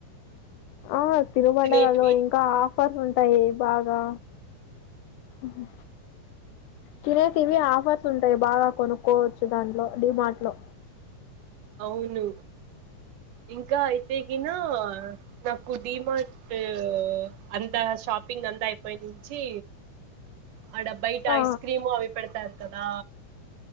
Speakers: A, on the left; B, on the right.
A: ఆ తినుబండరలలో
B: తినేటివి
A: ఇంకా ఆఫర్లు ఉంటాయి బాగా ఉహు తినేటివి ఆఫర్స్ ఉంటాయి బాగా కొనుక్కోవచ్చు దాంట్లో డిమార్ట్ లో
B: అవును ఇంకా అయితేకిన నా కు డీమార్ట్ అంతా షాపింగ్ అంతా అయిపోయి నుంచి ఆడ బైట
A: ఆ
B: ఐస్ క్రీమ్ అవి పెడతారు కదా